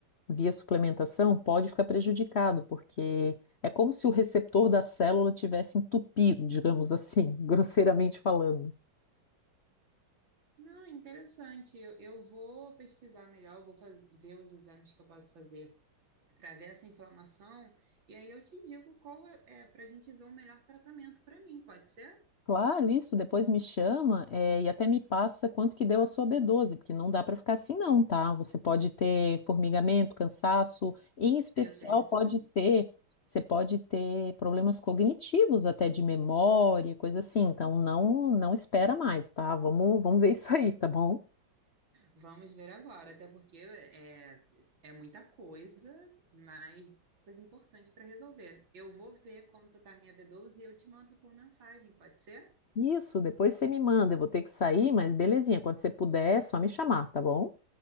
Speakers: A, on the left; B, on the right.
A: via suplementação, pode ficar prejudicado, porque é como se o receptor da célula tivesse entupido, digamos assim, <laughs> grosseiramente falando.
B: Não, interessante. Eu, eu vou pesquisar melhor, eu vou faz- ver os exames que eu posso fazer para ver essa inflamação e aí eu te digo qual é, para a gente ver um melhor tratamento para mim, pode ser?
A: Claro, isso, depois me chama, eh, e até me passa quanto que deu a sua B12, porque não dá para ficar assim não, tá? Você pode ter formigamento, cansaço, em especial
B: Eu tenho
A: pode
B: tido.
A: ter, você pode ter problemas cognitivos, até de memória, coisa assim. Então não, não espera mais, tá? Vamos, vamos ver isso aí, tá bom?
B: Vamos ver agora, até porque é, é muita coisa, mas coisa importante para resolver. Eu vou ver como tu tá a minha B12 e eu te mando por mensagem, pode ser?
A: Isso, depois você me manda, eu vou ter que sair, mas belezinha, quando você puder, é só me chamar, tá bom?